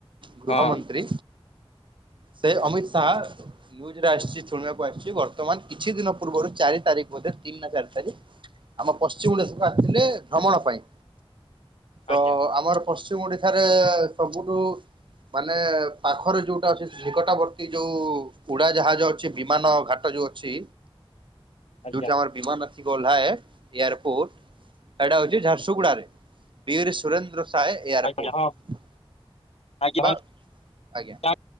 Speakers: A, on the right; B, on the left.
A: ଗୃହମନ୍ତ୍ରୀ
B: ହଁ
A: ସେ ଅମିତ ଶାହା। ନ୍ୟୁଜରେ ଆସିଛି ଶୁଣିବାକୁ ଆସିଛି ବର୍ତ୍ତମାନ କିଛି ଦିନ ପୂର୍ବରୁ ଚାରି ତାରିଖ ବୋଧେ ତିନି ନା ଚାରି ତାରିଖ। ଆମ ପଶ୍ଚିମ ଓଡିଶାକୁ ଆସିଥିଲେ ଭ୍ରମଣ ପାଇଁ। ତ
B: ଆଜ୍ଞା
A: ଆମର ପଶ୍ଚିମ ଓଡିଶାରେ ସବୁଠୁ ମାନେ ପାଖରେ ଯଉଟା ଅଛି ସେଇକଟାଭର୍ତ୍ତୀ ଯଉ ଉଡା ଯାହାଜ ଅଛି ବିମାନ ଘାଟ ଯୋଉ ଅଛି।
B: ଆଜ୍ଞା
A: ଯୋଉଠି ଆମର ବିମାନ ଆସି ଓହ୍ଲାଏ ଏୟାରପୋର୍ଟ ସେଇଟା ହଉଛି ଝାରସୁ ଝାରସୁଗୁଡ଼ାରେ ବିଏରେ ସୁରେନ୍ଦ୍ର ଶାହେ ଏୟାରପୋର୍ଟ
B: ଆଜ୍ଞା ହଁ ଆଜ୍ଞା
A: ବା ଆଜ୍ଞା।
B: ହଁ